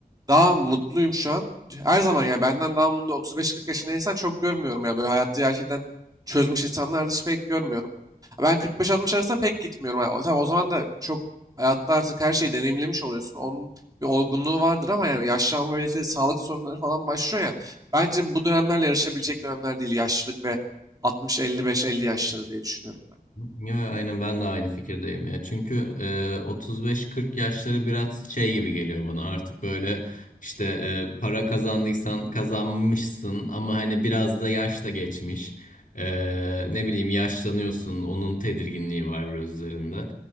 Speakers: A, on the right; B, on the left.
A: daha mutluyum şu an. Her zaman ya benden daha mutlu 35-40 yaşında insan çok görmüyorum ya. Böyle hayatta gerçekten çözmüş insanlar dışı pek görmüyorum. Ben 45-60 arasında pek gitmiyorum. Yani, o- tabii o zaman da çok hayatta artık her şeyi deneyimlemiş oluyorsun. Onun bir olgunluğu vardır ama yani yaşlanma böyle işte sağlık sorunları falan başlıyor ya. Bence bu dönemlerle yarışabilecek dönemler değil. Yaşlılık ve 60-55-50 yaşları diye düşünüyorum ben.
B: Yo, aynen ben de aynı fikirdeyim ya. Çünkü e, 35-40 yaşları biraz şey gibi geliyor bana. Artık böyle işte e, para kazandıysan kazanmışsın ama hani biraz da yaş da geçmiş. E, ne bileyim yaşlanıyorsun. Onun tedirginliği var biraz üzerinde.